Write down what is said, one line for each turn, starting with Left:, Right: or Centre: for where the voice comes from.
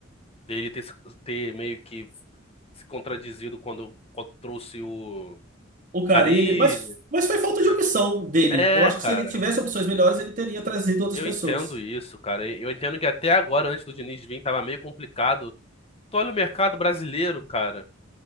Left: dele ter, se- ter meio que se contradizido quando, quando trouxe o,
Right: O
Left: o
Right: Carille,
Left: Carille,
Right: Mas, mas foi falta
Left: né?
Right: de opção dele.
Left: É,
Right: Eu acho
Left: cara,
Right: que se ele tivesse opções melhores, ele teria trazido outras
Left: eu
Right: pessoas.
Left: entendo isso, cara. Eu entendo que até agora, antes do Diniz vir, tava meio complicado. Tu olha o mercado brasileiro, cara,